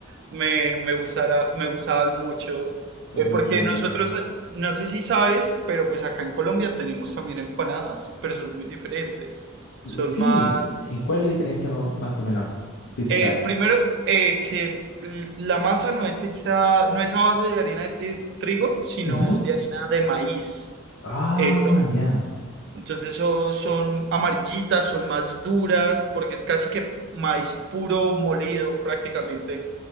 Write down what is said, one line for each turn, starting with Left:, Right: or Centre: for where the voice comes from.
Right: me, me gustara- me gustaban mucho,
Left: oye,
Right: eh, porque
Left: qué bueno.
Right: nosotros, eh, no sé si sabes, pero pues acá en Colombia tenemos también empanadas, pero son muy diferentes, son
Left: Sí,
Right: más
Left: ¿en cuál es la diferencia ma- más o menos principal?
Right: eh, primero, eh, que l- la masa no es hecha, no es a base de harina de ti- trigo, sino
Left: Ujú.
Right: de harina de maíz.
Left: Ah,
Right: Eso,
Left: ya.
Right: entonces eso son amarillitas, son más duras, porque es casi que maíz puro molido prácticamente.